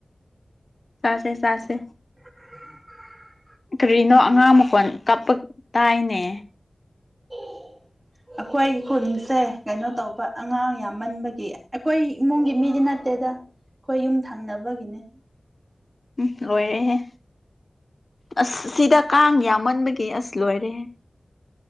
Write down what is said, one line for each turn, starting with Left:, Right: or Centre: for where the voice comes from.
Left: ꯆꯥꯁꯦ ꯆꯥꯁꯦ
Right: ꯎ <inaudible>
Left: ꯀꯔꯤꯅꯣ ꯑꯉꯥꯡ ꯃꯈꯣꯟ ꯀꯞꯄ ꯇꯥꯏꯅꯦ
Right: <inaudible> ꯑꯩꯈꯣꯏ ꯈꯨꯟꯁꯦ ꯀꯩꯅꯣ ꯇꯧꯕ ꯑꯉꯥꯡ ꯌꯥꯝꯃꯟꯕꯒꯤ ꯑꯩꯈꯣꯏ ꯏꯃꯨꯡꯒꯤ ꯃꯤꯗꯤ ꯅꯠꯇꯦꯗ ꯑꯩꯈꯣꯏ ꯌꯨꯝ ꯊꯪꯅꯕꯒꯤꯅꯦ
Left: ꯎꯝ ꯂꯣꯏꯔꯦꯍꯦ ꯑꯁ ꯁꯤꯗ ꯀꯥꯡ ꯌꯥꯝ ꯃꯟꯕꯒꯤ ꯑꯁ ꯂꯣꯏꯔꯦꯍꯦ